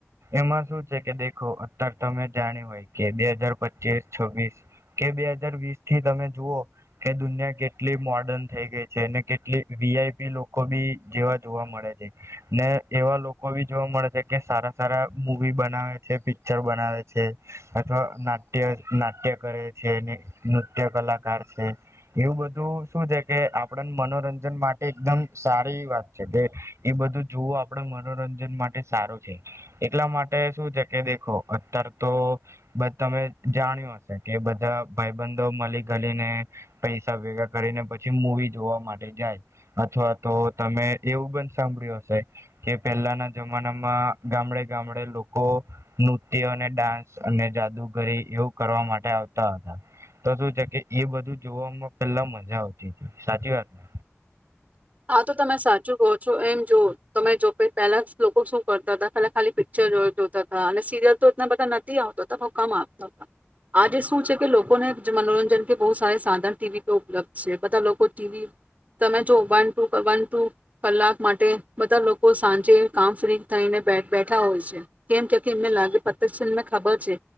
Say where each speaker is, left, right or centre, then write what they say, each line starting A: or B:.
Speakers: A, on the right; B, on the right.
A: એમાં શું છે, કે દેખો અત્યારે તમે જાણી હોય કે બે હાજાર પચીસ છવ્વીસ કે બે હાજાર વીસ થી તમે જુઓ કે દુનિયા કેટલી મોડન થઈ ગઈ છે, અને કેટલી વીઆઈપી લોકો બી જેવા જોવા મળે છે, ને એવા લોકો લોકો જોવા મળે છે કે સારા સારા મવી બનાવે છે પિક્ચર બનાવે છે, અથવા નાટ્ય નાટ્ય કરે છે, નૃત્ય કલાકાર છે એવું બધું શું છે, કે આપણ મનોરંજન માટે એકદમ સારી વાત છે, કે એ બધું જોવું આપડ મનોરંજન માટે સારું છે, એટલા માટે શું છે કે દેખો અતાર તો બધા તમે જાણ્યું હશે, કે બધા ભાઈબંધો મળી ગલીને પૈસા ભેગા કરીને પછી મવી જોવા માટે જાય અથવા તો તમે એવું બ સાંભળ્યું હશે કે પહેલાના જમાનામાં ગામડે ગામડે લોકો નૃત્ય અને ડાન્સ અને જાદુગરી એવું કરવા માટે આવતા હતા, તો શું છે કે એ બધું જોવામાં પેલા મજા આવતી હતી, સાચી વાત ને
B: હા તો તમે સાચું કહો છો, એમ જો તમે જો પહેલા લોકો શું કરતા હતા ખા ખાલી પિક્ચર જોતા હતા અને સિરિયલ તો એલા બધા નથી, આવતા હતા બ કમ આવતા હતા આજે શું છે, કે લોકોને મનોરંજન કે બહુ સાર સાધન ટીવી પરે ઉપલબ્ધ છે, બધા લોકો ટીવી તમે જો વન વન ટુ કલાક માટે બધા લોકો સાંજે કામ ફ્રી થઈને બેઠા હોય છે, કેમ કે એમને લાગે પત છેને ખબર છે,